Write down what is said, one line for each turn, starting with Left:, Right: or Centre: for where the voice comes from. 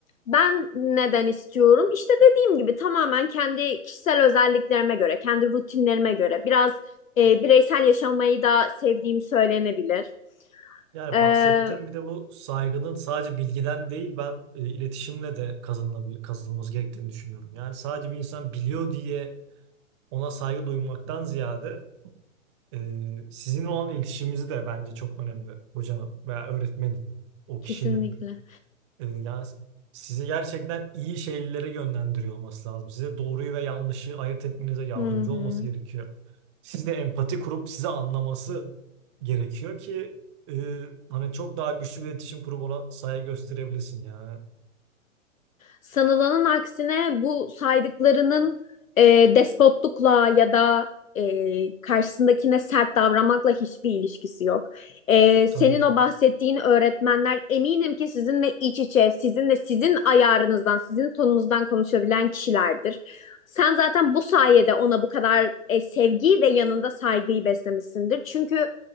Left: ben neden istiyorum? İşte dediğim gibi tamamen kendi kişisel özelliklerime göre, kendi rutinlerime göre biraz e, bireysel yaşamayı da sevdiğim söylenebilir.
Right: Yani
Left: E,
Right: bahsettiğim bir de bu saygının sadece bilgiden değil ben e, iletişimle de kazanılabil kazanılması gerektiğini düşünüyorum. Yani sadece bir insan biliyor diye ona saygı duymaktan ziyade e, sizin olan iletişimimizi de bence çok önemli hocanın veya öğretmenin, o
Left: kesinlikle.
Right: kişinin. Ee, yani sizi gerçekten iyi şeylere yönlendiriyor olması lazım. Size doğruyu ve yanlışı ayırt etmenize yardımcı
Left: Hı hı.
Right: olması gerekiyor. Siz de empati kurup sizi anlaması gerekiyor ki e, hani çok daha güçlü bir iletişim kurup ona saygı gösterebilirsin yani.
Left: Sanılanın aksine bu saydıklarının e, despotlukla ya da e, karşısındakine sert davranmakla hiçbir ilişkisi yok. E, senin
Right: Tabii ki.
Left: o bahsettiğin öğretmenler eminim ki sizinle iç içe, sizinle sizin ayarınızdan, sizin tonunuzdan konuşabilen kişilerdir. Sen zaten bu sayede ona bu kadar e, sevgiyi ve yanında saygıyı beslemişsindir. Çünkü